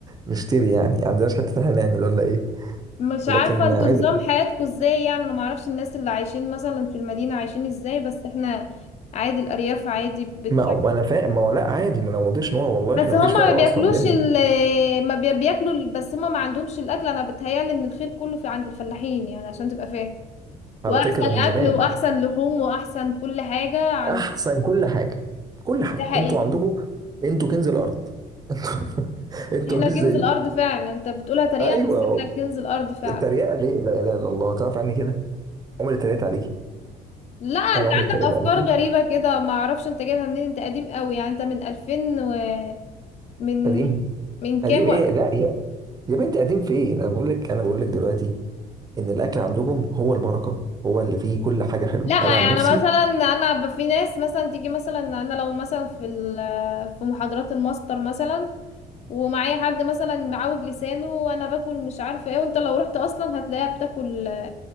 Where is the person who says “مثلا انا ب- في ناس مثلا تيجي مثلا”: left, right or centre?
Left